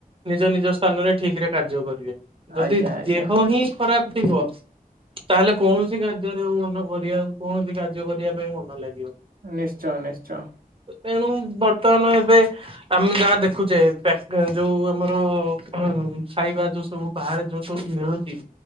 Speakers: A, on the right; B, on the right.
A: ନିଜ ନିଜ ସ୍ଥାନରେ ଠିକ ରେ କାର୍ଯ୍ୟ କରିବେ। ଯଦି
B: ଆଜ୍ଞା ଆଜ୍ଞା
A: ଦେହ ହିଁ ଖରାପ ଥିବ। ତାହେଲେ କୌଣୋସି କାର୍ଯ୍ୟରେ ଆଉ ମନ କରିବା କୌଣୋସି କାର୍ଯ୍ୟ କରିବା ପାଇଁ ମନ ଲା
B: ନିଶ୍ଚୟ ନିଶ୍ଚୟ।
A: ତେଣୁ ବର୍ତ୍ତମାନ ଏବେ ଆମେ ଯାହା ଦେଖୁଛେ ପ୍ୟାକ୍ ଯୋଉ ଆମର ଖାଇବା ଯୋଉ ସବୁ ବାହାରେ ଯୋଉ ସବୁ ମିଳୁଚି।